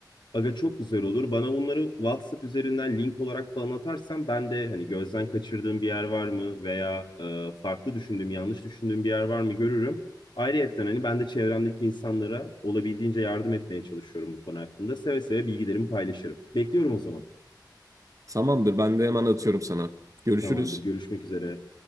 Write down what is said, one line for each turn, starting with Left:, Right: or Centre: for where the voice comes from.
Left: Aga çok güzel olur. Bana bunları WhatsApp üzerinden link olarak falan atarsan ben de hani gözden kaçırdığım bir yer var mı veya e, farklı düşündüğüm, yanlış düşündüğüm bir yer var mı görürüm. Ayrıyetten hani ben de çevremdeki insanlara olabildiğince yardım etmeye çalışıyorum bu konu hakkında. Seve seve bilgilerimi paylaşırım. Bekliyorum o zaman.
Right: Tamamdır, ben de hemen atıyorum sana. Görüşürüz.
Left: Tamamdır. Görüşmek üzere.